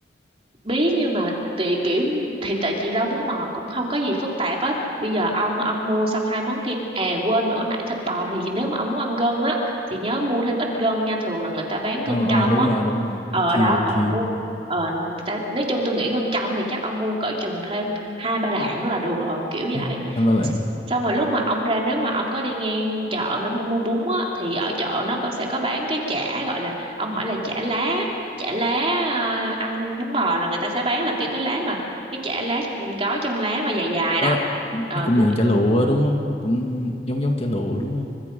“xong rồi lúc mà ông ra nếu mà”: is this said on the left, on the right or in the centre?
Right